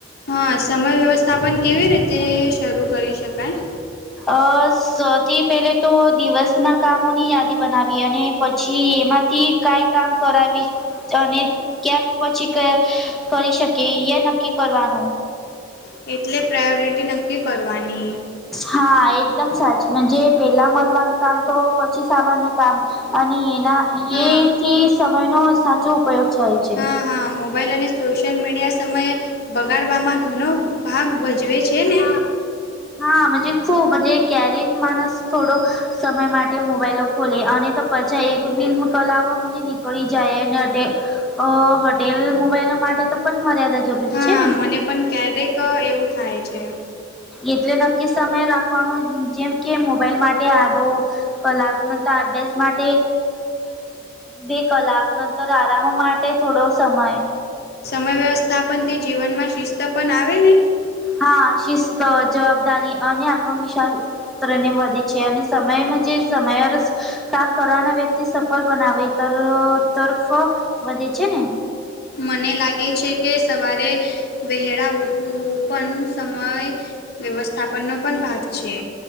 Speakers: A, on the left (about 55°); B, in the centre.
A: હા, સમય વ્યવસ્થા પણ કેવી રીતે શરૂ કરી શકાય?
B: અ સૌથી પહેલે તો દિવસના કામોની યાદી. બનાવી અને પછી એમાંથી કઈ કામ કરાવી. અને ક્યાંક પછી કરી શકે, એ નક્કી કરવાનું.
A: એટલે પ્રાયોરિટી નક્કી કરવાની.
B: હા એક સાચી પેલા મહવાનું કામ તો પછી સામાન્ય કામ. અને એના
A: હા.
B: એ થી સમયનો સાચો ઉપયોગ થાય છે
A: હા હા મોબાઈલ અને સોશિયલ મીડિયા સમયે. બગાડવાવામાં ઘણો ભાગ ભજવે છે ને.
B: હા ખુબજ ક્યારેક માણસ થોડો, સમય માટે મોબાઈલ ખોલે અને તો પછા એક ફિલ્મ કલાઓ નીકળી જાય અને. અ હોટેલ મોબાઈલ માટે તો પણ મર્યાદા જરૂરી
A: હા
B: છે ને
A: મને પણ ક્યારેક એવું થાય છે.
B: એટલે નક્કી સમય રાખવાનો જેમ કે મોબાઈલ માટે આધો, કલાક ન અભ્યાસ માટે બે કલાક નંતર આરામ માટે થોડો સમય.
A: સમય વ્યવસ્થાપનથી જીવનમાં શિસ્ત પણ આવે ને.
B: હા શિસ્ત જવાબદારી અને આત્મવિશ્વાસ. વધે છે અને સમયજ સમય કામ કરવાના વ્યક્તિ સફળ બનાવે તરફ, વધે છે ને.
A: <inaudible> મને લાગે છે કે સવારે, વહેળ ઉઠું પણ સમય વ્યવસ્થાપનનો પણ ભાગ છે.